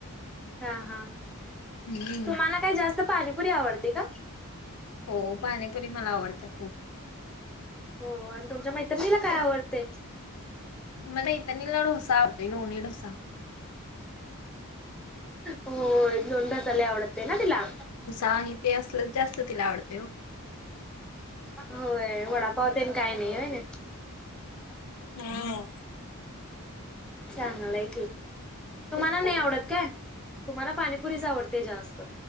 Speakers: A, in the centre; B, on the left.
A: हा हा.
B: हम्म
A: तुम्हाला काय जास्त पाणीपुरी आवडते का?
B: हो पाणीपुरी मला आवडत्या खूप.
A: हो आणि तुमच्या मैत्रीणीला काय आवडते?
B: मला <unintelligible> डोसा आवडतोय लोणी डोसा.
A: होय लोणीडोसा लयी आवडते ना तिला.
B: आहे ते असलच जास्त तिला आवडते हो.
A: होय वडापाव तेन काय नाही आहे ना?
B: हम्म
A: चांगला आहे कि. तुम्हाला नाही आवडत काय? तुम्हाला पाणीपुरीच आवडते जास्त.